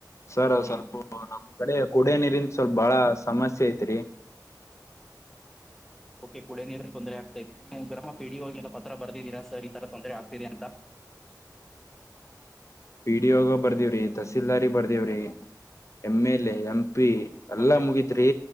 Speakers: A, on the left (about 40°); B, in the centre.
A: ಸರ್
B: ಹಾ
A: ಸ್ವಲ್ಪ ನಮ ಈ ಕಡೆ ಕುಡಿಯೋ ನೀರಿಂದ ಸ್ವಲ್ಪ ಬಾಳ ಸಮಸ್ಯೆ ಐತ್ರಿ.
B: ಓಕೆ ಕುಡಿಯೋ ನೀರಿಗೆ ತೊಂದರೆ ಆಗ್ತದೆ ನೀವು ಗ್ರಾಮ ಪೀಡಿಯೋ ಎಲ್ಲ ಪತ್ರ ಬರ್ದೀರಾ ಸರ್ ಈ ತರ ತೊಂದರೆ ಆಗ್ತಿದೆ ಅಂತ?
A: ಪಿ ಡಿ ಯೋಗ ಬರ್ದಿವಿ ರಿ ತಹಸೀಲ್ದಾರಿ ಬರ್ದಿವಿ ರಿ M L A M P ರಿ ಎಲ್ಲಾ
B: ಓಕೆ ಓಕೆ
A: ಮುಗಿತ್ರಿ